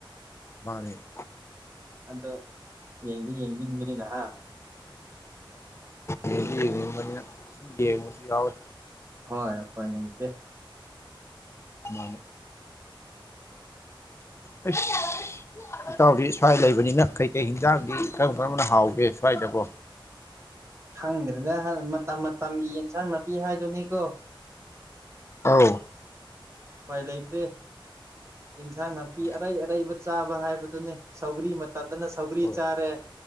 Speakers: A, on the left; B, on the right.
A: ꯃꯥꯔꯦ
B: ꯑꯗꯣ ꯌꯦꯡꯗꯤ ꯌꯦꯡꯅꯤꯡꯕꯅꯤꯅꯍ
A: ꯌꯦꯡꯅꯤꯅ ꯁꯨꯝ ꯌꯦꯡꯉꯁꯨ ꯌꯥꯎꯋꯦ
B: ꯍꯣꯏ ꯑꯩꯈꯣꯏ ꯂꯩꯇꯦ
A: ꯃꯥꯅꯦ
B: <inaudible>
A: ꯑꯩꯁ ꯏꯇꯥꯎꯗꯤ ꯁ꯭ꯋꯥꯏ ꯂꯩꯕꯅꯤꯅ ꯀꯩꯀꯩ ꯍꯤꯟꯖꯥꯡꯗꯤ ꯀꯔꯝ ꯀꯔꯝꯕꯅ ꯍꯥꯎꯒꯦ ꯁ꯭ꯋꯥꯏꯗꯀꯣ
B: ꯈꯪꯗ꯭ꯔꯦꯗ ꯃꯇꯝ ꯃꯇꯝꯒꯤ ꯌꯦꯟꯁꯥꯡ ꯅꯥꯄꯤ ꯍꯥꯏꯗꯨꯅꯤꯀꯣ
A: ꯑꯥꯎ
B: ꯎꯄꯥꯏ ꯂꯩꯇ꯭ꯔꯦ ꯏꯟꯁꯥꯡ ꯅꯥꯄꯤ
A: ꯃꯥꯅꯦ
B: ꯑꯔꯩ ꯑꯔꯩꯕ ꯆꯥꯕ ꯍꯥꯏꯕꯗꯨꯅꯦ ꯁꯧꯒ꯭ꯔꯤ ꯃꯇꯝꯗꯅ ꯊꯧꯒꯔꯤ
A: ꯍꯣꯏ
B: ꯆꯥꯔꯦ